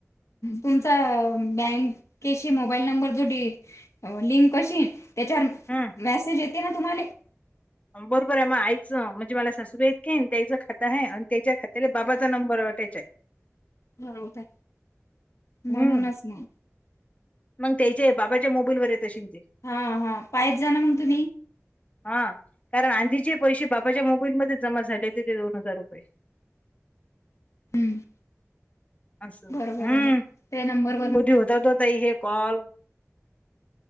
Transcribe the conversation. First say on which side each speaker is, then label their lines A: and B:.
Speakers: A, on the left (about 65°); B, on the left (about 25°).
A: तुमचा बँकेशी मोबाईल नंबर जोडे लिंक कशी त्याच्यावर
B: हम्
A: मेसेज येते ना तुम्हाला?
B: बरोबर आहे माया आईचं म्हणजे मला सासूबाइतके त्याईचं खातं आहे आणि त्याच्या खात्याले बाबा नंबर वाटायचं.
A: हो म्हणूनच
B: हम्म
A: ना.
B: मग त्याचे बाबाच्या मोबाईल मध्ये येतशीन ते
A: हा हा पायच जा ना मग तुम्ही
B: हा कारण आधीचे पैसे बापाच्या मोबाईलमध्ये जमा झाले होते ते दोन हजार रुपये.
A: हम्म!
B: असं
A: बरोबर
B: हम्म
A: आहे मग त्या नंबरवर
B: कधी होतायत ओ ताई हे कॉल?